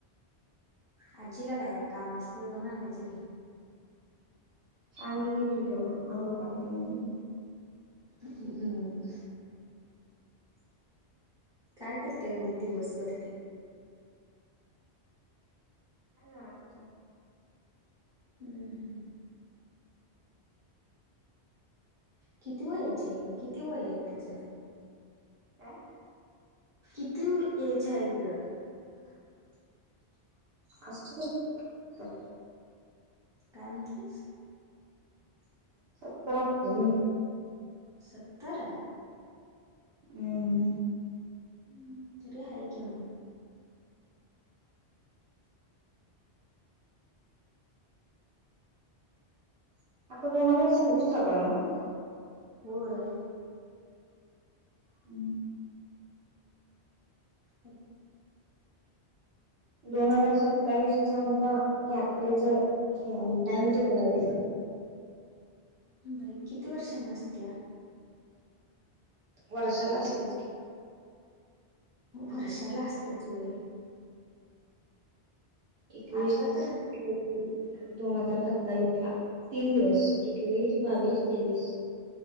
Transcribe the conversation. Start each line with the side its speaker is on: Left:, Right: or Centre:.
Centre: आजीला काय काम असतयं जाऊन आणायचं की.
Right: सांग ये की तू तेवढं आब्रू काढतिया मग लई.
Centre: अ हं हं हम्म काय करतिया ग मग दिवसभर ती.
Right: काय घरातच कि.
Centre: हम्म हम्म. किती वयाचीय किती वय आहे तिझं?
Right: काय?
Centre: किती व एज हाय गं?
Right: असल एक सत्तर.
Centre: काय म्हटलीस?
Right: सत्तर असल म्हटलं.
Centre: सत्तर.
Right: हम्म.
Centre: हम तरी हाय की म
Right: आता दोन हजार सव्वीस चालूय नव्हं.
Centre: होय.
Right: हम्म.
Centre: आत
Right: दोन हजार सत्तावीसचं आमचं यात्रेच हे आलयं टाइम टेबल आलयं.
Centre: बाई किती वर्षांनं असतिया?
Right: वर्षाला असतिच की.
Centre: वर्षाला असतियाच वय.
Right: एकवीस
Centre: आता तर
Right: <unintelligible> दोन हजार सत्तावीेसला. तीन दिवस एकवीस बावीस तेवीस